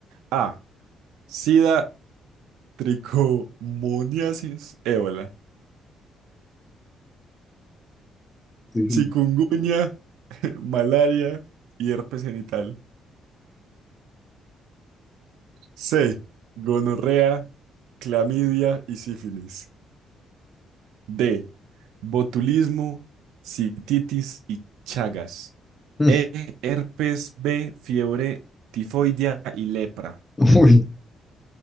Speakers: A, on the right; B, on the left.
A: A. SIDA, tricomoniasis, ébola,
B: Sí, sí.
A: chikungunya, <laughs> malaria y herpes genital. C. Gonorrea, clamidia y sífilis. D. Botulismo, cititis y chagas.
B: <laughs>
A: E. Herpes B. Fiebre tifoidea y lepra.
B: Uy.